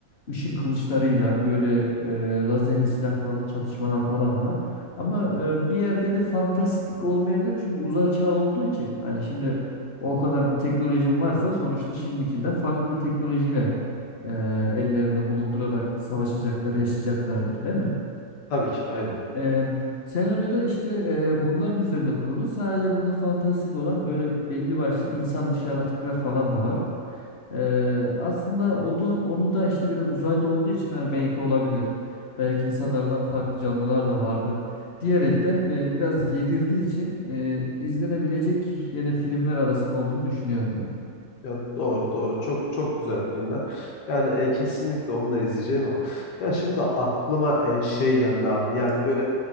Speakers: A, on the left; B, on the left.
A: ışın kılıçlarıyla böyle e, lazerli silahlarla çatışmalar falan var. Ama e, bir yerde de fantastik olmayabilir çünkü uzay çağı olduğu için. Hani şimdi o kadar bir teknolojin varsa sonuçta şimdikinden farklı bir teknolojiyle e, ellerinde bulundurarak savaşacaklar, yaşayacaklardır, değil mi?
B: Tabii ki aynen.
A: Ee, senaryoda işte e, bunların üzerine kurulu. Sadece burada fantastik olan böyle belli başlı insan dışı yaratıklar falan da var. Ee, aslında onu, onu da işte biraz uzayda olduğu için hani belki olabilir. Belki insanlardan farklı canlılar da vardır. Diyerekten e, biraz yedirdiği için e, izlenebilecek yine filmler arasında olduğunu düşünüyorum ben.
B: Ya doğru doğru çok çok güzel filmler. Yani e, kesinlikle onu da izleyeceğim ama ya şimdi aklıma e, şey geldi abi. Yani böyle